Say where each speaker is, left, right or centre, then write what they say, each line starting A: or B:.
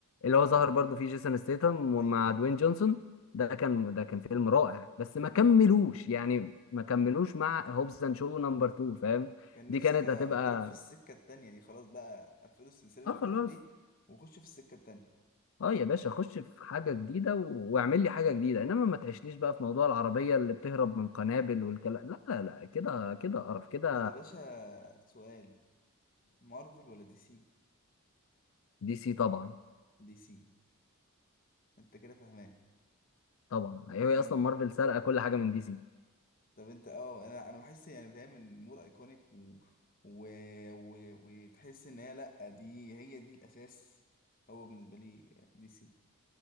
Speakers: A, on the left (about 65°); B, on the left (about 40°).
A: اللي هو
B: اه
A: ظهر برضو فيه جيسون ستيتم
B: ايوه
A: ومع
B: ايوه
A: دوين
B: ايوه
A: جونسون ده كان ده كان فيلم رائع بس ما
B: مم.
A: كملوش يعني ما كملوش مع هوبز اند شو نمبر 2 فاهم
B: كان نفسك
A: دي كانت
B: اه
A: هتبقى
B: تروح في السكه التانيه دي خلاص بقى قفلوا السلسله اللي
A: اه خلاص
B: فاتت دي وخشوا في السكه التانيه
A: اه يا باشا خش في حاجه جديده و... واعمل لي حاجه جديده انما ما تعيشليش بقى في موضوع العربيه اللي بتهرب من قنابل والكلام لا لا لا كده كده قرف كده
B: طب يا باشا سؤال مارفل ولا دي سي
A: دي سي طبعا
B: دي سي انت كده فاهمان
A: طبعا هي
B: طب
A: اصلا مارفل سرقه كل حاجه من دي سي
B: طب انت اه انا انا بحس يعني فاهم الامور ايكونيك و... و... و... وتحس ان هي لا دي هي دي الاساس هو بالنسبه لي دي سي